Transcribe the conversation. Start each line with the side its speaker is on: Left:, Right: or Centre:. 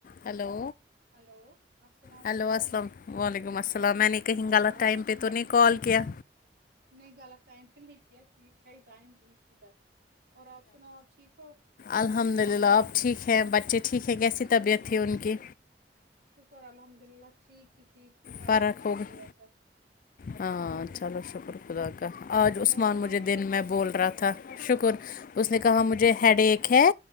Left: ہلو
Right: ہلو السلام
Left: ہلو
Right: علیکم
Left: السلام وعلیکم السلام میں نے کہیں غلط ٹائم
Right: آپ
Left: پہ
Right: ٹھیک
Left: تو نہیں کال کیا
Right: نہیں غلط ٹائم پہ نہیں کیا ٹھیک ہے ٹائم ٹھیک ک تھا اور آپ سناؤ آپ ٹھیک ہو
Left: الحمد للہ آپ ٹھیک ہیں بچے ٹھیک
Right: اچھے
Left: ہیں کیسی
Right: سے بچے
Left: طبیعت
Right: ٹھیک
Left: تھی ان
Right: ہے شکر
Left: کی
Right: شکر الحمد للہ ٹھیک ہی تھی فق
Left: فرق
Right: کی تھی
Left: ہوگی
Right: تھوڑا سا
Left: ہاں چلو شکر خدا کا آج عثمان
Right: اور وہاں
Left: مجھے دن
Right: بچے
Left: میں بول
Right: ٹھیک
Left: رہا
Right: تھے
Left: تھا شکر
Right: کیا
Left: اس نے کہا مجھے ہیڈ ایک ہے